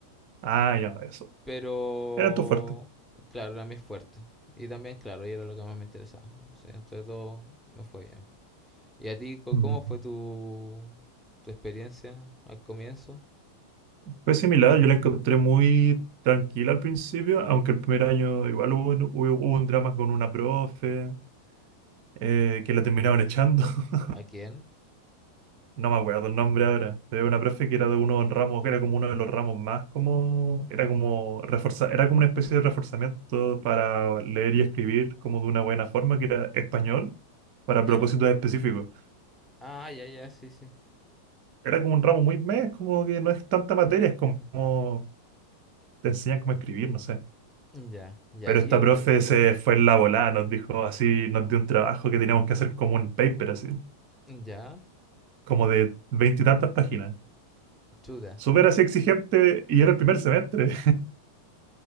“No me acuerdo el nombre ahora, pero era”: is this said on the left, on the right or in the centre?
Right